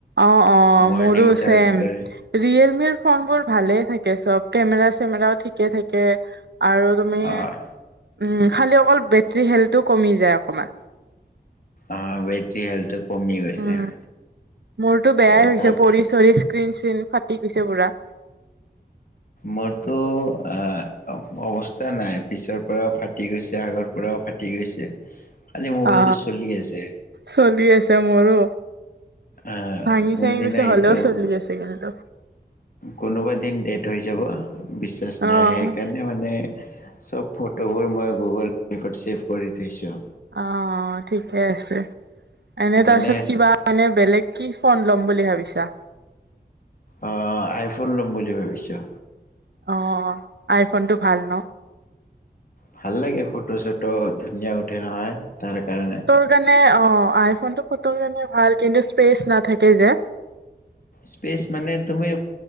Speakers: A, on the right; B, on the left.
A: অ', অ',
B: মৰ্ণিং
A: মোৰো
B: চাৰ্জ
A: চেম।
B: কৰি
A: ৰিয়েলমিৰ ফোন বোৰ ভালেই থাকে চব কেমেৰা চেমেৰাও থঠিকে থাকে। আৰু তুমি
B: অ',
A: উম খালি অকল বেটৰী হেলটো কমি যায় অকমান।
B: অ বেটি হেল্থটো- কমি গৈছে।
A: উম মোৰতো বেয়াই
B: আৰু
A: হৈছে
B: তাৰপিছত
A: পৰি চৰি স্ক্ৰিন চিন ফাটি গৈছে। পুৰা
B: মোৰতো অ অৱস্থা নাই পিছৰ পৰাও ফাটি গৈছে আগৰ পৰাও ফাটি ফাটি গৈছে। খালি মোবাইলটো
A: অ
B: চলি আছে
A: চলি আছে মোৰো।
B: আহ
A: ভাঙি
B: কোনদিনা
A: চাঙি বেছি হলেও
B: এইটো
A: চলছেছে কিন্তু
B: কোনোবা দিন ডেট হৈ যাব বিশ্বাস নাই
A: অ
B: সেইকাৰণে মানে চব ফটোবোৰ মই গুগলত চছেভ কৰি থৈছো।
A: অ, ঠিকে আছে। এনে
B: মানে
A: তাৰপিছত কিবা মানে বেলেগ কি ফোন ল'ম বুলি ভাবিছা।
B: অ, আইফোন ল'ম বুলি ভাবিছোঁ।
A: অ আইফোন টো ভাল ন।
B: ভাল লাগে ফটো চটো ধুনীয়া উঠে নহয় তাৰ কাৰণে।
A: সেইটো কাৰণে অ আইফোন টো কত কাৰণে ভাল কিন্তু স্পেচ নাথাকে যে।
B: সেচ মানে তুমি